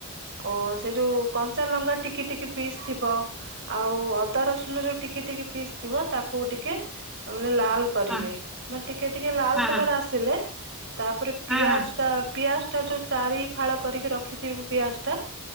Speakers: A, on the right; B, in the centre.
A: ଓ ସେ ଯୋଉ କଞ୍ଚାଲଙ୍କା ଟିକି ଟିକି ପିସ୍ ଥିବ ଆଉ ଅଦା, ରସୁଣ ଯୋଉ ଟିକି ଟିକି ପିସ୍ ଥିବ ତାକୁ ଟିକେ ମାନେ ଲାଲ କ କରିବେ
B: ହଁ
A: ମାନେ ଟିକେ ଟିକେ ଲାଲ
B: ହଁ
A: କଲର
B: ହଁ
A: ଆସିଲେ ତାପରେ
B: ହଁ
A: ପିଆଜଟା
B: ହଁ
A: ପିଆଜ ଟା ଯୋଉ ଚାରି ଫାଳ କରିକି ରଖିଥିବେ ପିଆଜଟା